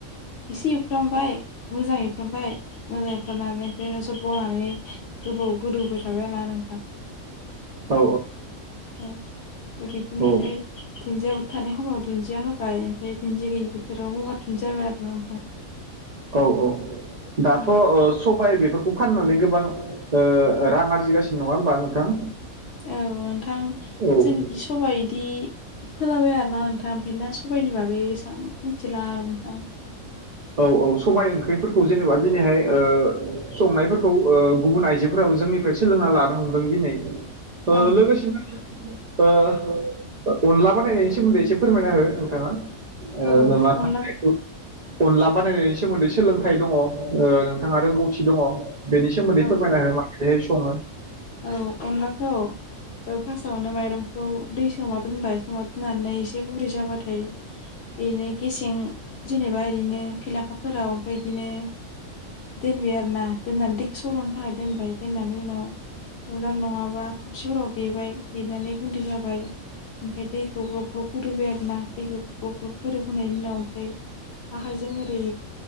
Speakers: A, on the left (about 65°); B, on the right (about 70°).
A: इसे एवफ्रामबाय मोजां एवफ्रामबाय मोजां एवफ्रामनानै ओमफ्राय <unintelligible> बनानै गोबाव गोदौहोबाय थाबाय आरोना नोंथां।
B: औ
A: ए बिब्दिनो
B: औ
A: ओमफाय धुन्दियाबो थानाय खमाव धुन्दिया होबाय ओमफाय धुन्दिया गैयि बोथोराव गगार धुन्दिया होबाय आरो ना नोंथां। <inaudible>
B: औ औ दाथ'
A: औ
B: ओ सबाय बेफोरखौ फाननानै गोबां ओ रां आरजिगासिनो नङा होमबा नोंथां?
A: औ नोंथां
B: औ
A: जेनिखि सबाय इदि फोलाबाया आरोना नोंथां बेनोना सबाइनि बागै एसां मिथिलाय लाङा आरोना नोंथां।
B: औ औ सबाय ओंख्रिफोरखौ जेनेबा दिनैहाय ओ संनायफोरखौ ओ गुबुन आइजोफोराबो जोंनिफ्राय सोलोंना लानो हमदों दिनै
A: औ
B: ओ लोगोसेनो ओ अनला बानायनायनि सोमोन्दै एसे फोरमायना हो नोंथाङा ओ
A: औ अनला
B: <unintelligible> अनला बानायनायनि सोमोन्दै सोलोंथाइ दङ ओ नोंथाङा रोंगौथि दङ बेनि सोमोन्दै
A: औ
B: फोरमायना हो मागोदैहाय सङो
A: औ अनलाखौ ओ फासावनो माइरं खौ दै सोमना दोनबाय सोमना दोननानै एसे गुरै जाबाथाय इदिनो गेसें जेनेबा इदिनो फिलाखाफोराव ओमफाय इदिनो दोनबाय आरोना दोननानै दैखो सर'नो थाखाय दोनबाय दोननानै उनाव उलार नङाबा थबसिफोराव देबाय देनानै गुन्दै जाबाय ओमफाय दै खौ ग्लब ग्लब गोदौबाय आरो ना दैखौ ग्लब ग्लब गोदौहोनाय नि उनाव ओमफाय आखाइजों ओरै